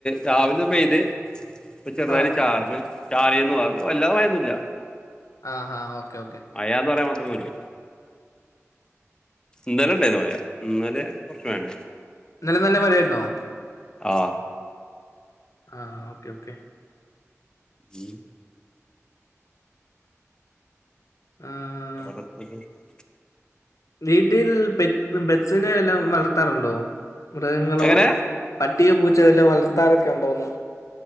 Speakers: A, on the left; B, on the left.
A: രാവില പെയ്ത് ഇപ്പൊ ചെറുതായില്
B: ആഹ്
A: ചാറിന് ചാറീന്നു അത് വല്ലാതെ മയൊന്നുല്ല
B: അ ആഹ് ഓക്കേ ഓക്കേ
A: മയാന്ന് പറയാ മാത്രന്നുല്ല ഇന്നല ഉണ്ടെനു മയ ഇന്നലെ കുറച്ച് മയണ്ടെനു
B: ഇന്നലെ നല്ല മഴ ആയിരുന്നോ
A: ആഹ്
B: ആഹ് ഓക്കേ ഓക്കെ
A: ഉം
B: ആഹ്
A: <unintelligible>
B: വീട്ടിൽ പെറ്റ് പെറ്റ്സിനെ വല്ലോം വളർത്താറുണ്ടോ മൃഗങ്ങളോ
A: എങ്ങനെ
B: പട്ടിയോ പൂച്ചയോ വല്ലോം വളർത്താറൊക്കെ ഉണ്ടോന്ന്